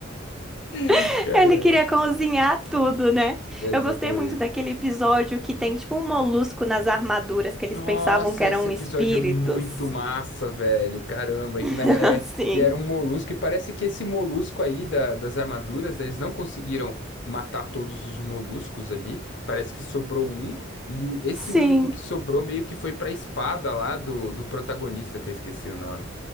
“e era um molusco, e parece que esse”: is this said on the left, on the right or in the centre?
Left